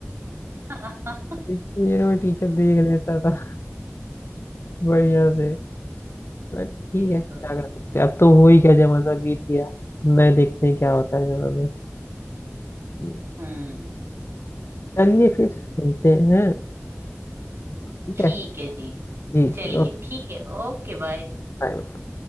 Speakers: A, on the right; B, on the left.
A: <laughs>
B: <laughs> देखिएगा मैं टीचर देख लेता था बढ़िया से बट ठीक
A: बिल्कुल
B: है क्या कर सकते हैं अब तो हो ही क्या जमाना बीत गया नए देखते हैं क्या होता है जमाना में
A: हम्म
B: चलिए फिर मिलते हैं ठीक
A: ठीक
B: है
A: है जी
B: जी
A: चलिए
B: जी ओके
A: ठीक है ओके बाय
B: बाय।